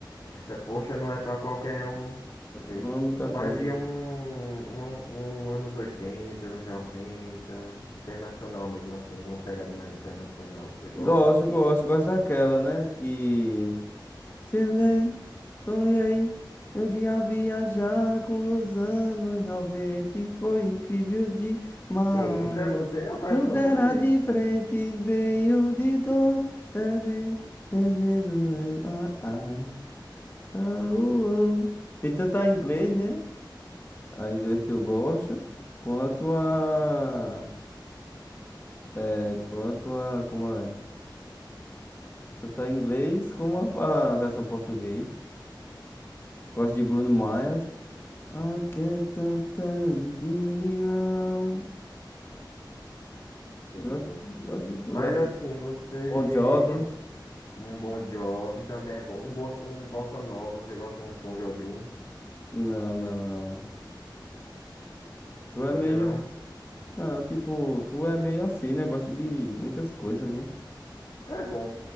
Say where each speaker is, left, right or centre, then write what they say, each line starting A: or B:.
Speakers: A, on the left; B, on the left.
A: Essa poxa não é pra qualquer um, sei.
B: Vamos tá
A: Mas
B: causa.
A: ia um, um, um anos 80 anos 90 internacional mesmo assim, uma pegada mais internacional, você gosta?
B: Gosto, gosto, gosto daquela, né? Que. Tendei, sonhei. Eu um dia viajar com os anos 90 e foi incrível demais.
A: Eita, não sei, não conheço,
B: Tudo
A: não,
B: era
A: gostei.
B: diferente, meio de dor. é, é, é, medo, é, ah, ai, ah, uh, uh. Tem tanto a inglês, né? A inglês que eu gosto, quanto a. É, quanto a. Como é? Tanto a inglês como a, a versão português. Gosto de Bruno Mars. I can't stand it around.
A: Sim,
B: Gosto,
A: sim.
B: gosto de tudo,
A: Mas
B: assim.
A: assim, você
B: Bon Jovi?
A: gosta um Bon Jovi também é bom. Um, bo, um Bossa Nova, você gosta um Tom Jobim?
B: Não, não, não. Tu é
A: Gosta
B: meio.
A: não?
B: Não, tipo, tu é meio assim, né? Gosta de muitas coisas, né?
A: É bom,